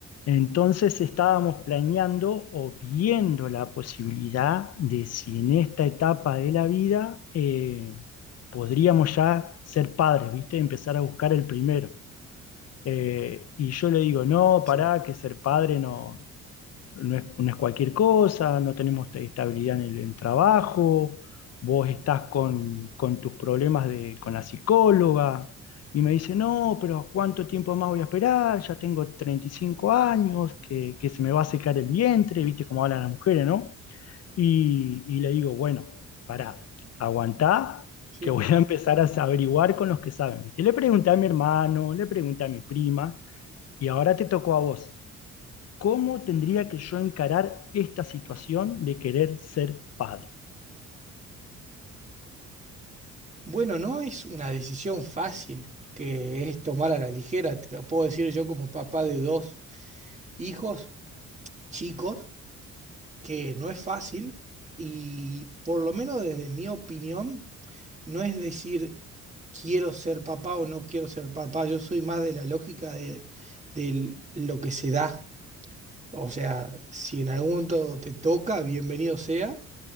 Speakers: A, on the left; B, on the right.
A: Entonces estábamos planeando o viendo la posibilidad de si en esta etapa de la vida eh, podríamos ya ser padres, ¿viste? Empezar a buscar el primero. Eh, y yo le digo, no,
B: Sí,
A: pará, que ser padre no, no es, no es cualquier cosa, no tenemos estabilidad en el en trabajo, vos estás con, con tus problemas de, con la psicóloga, y me dice, no, pero ¿cuánto tiempo más voy a esperar? Ya tengo 35 años, que, que se me va a secar el vientre, viste cómo hablan las mujeres, ¿no? Y, y le digo, bueno, pará, aguantá,
B: sí.
A: que voy a empezar a averiguar con los que saben, viste. Le pregunté a mi hermano, le pregunté a mi prima, y ahora te tocó a vos. ¿Cómo tendría que yo encarar esta situación de querer ser padre?
B: Bueno, no es una decisión fácil que es tomar a la ligera, te lo puedo decir yo como papá de dos hijos chicos, que no es fácil y por lo menos desde mi opinión, no es decir quiero ser papá o no quiero ser papá, yo soy más de la lógica de, de lo que se da. O sea, si en algún momento te toca, bienvenido sea,